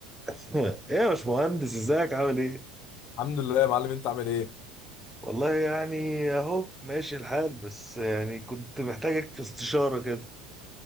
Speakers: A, in the centre; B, on the left (about 45°).
A: <laughs> ايه يا باشمهندس ازيك عامل ايه؟
B: الحمد لله يا معلم انت عامل ايه؟
A: والله يعني اهو ماشي الحال بس يعني كنت محتاجك في استشارة كده